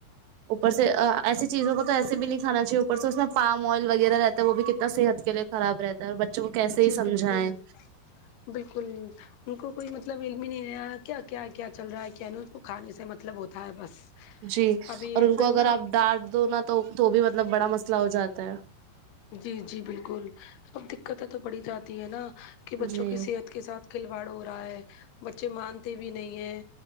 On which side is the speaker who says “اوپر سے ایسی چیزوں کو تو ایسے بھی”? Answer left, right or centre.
Right